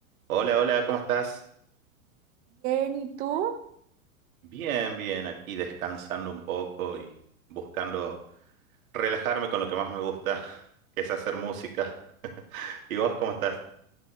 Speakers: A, on the right (about 70°); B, on the right (about 20°).
A: Hola, hola, ¿cómo estás?
B: Bien, ¿y tú?
A: Bien, bien, aquí descansando un poco y buscando relajarme con lo que más me gusta, <laughs> que es hacer música. <laughs> ¿Y vos cómo estás?